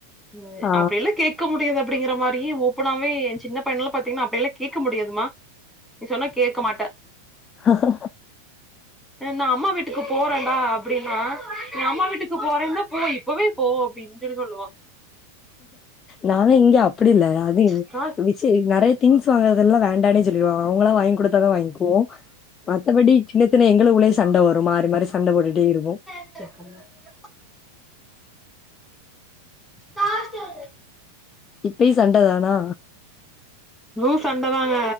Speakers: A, in the centre; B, on the left (about 25°).
A: அ
B: ஆ
A: அப்படி எல்லா கேக்க முடியாது அப்படிங்கற மாரியே ஓப்பனாவே எ சின்ன பையன்லாம் பாத்தீங்கன்னா அப்டி எல்லா கேக்க முடியாதுமா நீ சொன்னா கேக்க மாட்ட
B: ஆஹ
A: நா அம்மா வீட்டுக்கு போறேன்டா அப்படின்னா நீ அம்மா வீட்டுக்கு போறேன்னா போ இப்பவே போ அப்டினு சொல்லி சொல்லுவா
B: நானு இங்க அப்படி இல்ல அது
A: அக்கா,
B: ச்சி நறைய திங்ஸ் வாங்குறதெல்லா வேண்டானே சொல்லிடுவோ அவுங்கலா வாங்கி கொடுத்தா தா வாங்கிகுவோ மத்தபடி சின்ன சின்ன எங்களுகுள்ளயே சண்ட வரு மாறி மாறி சண்ட போட்டுட்டே இருபோ
A: <unintelligible> <unintelligible>
B: இப்பயு சண்டதானா
A: னு சண்டதாங்க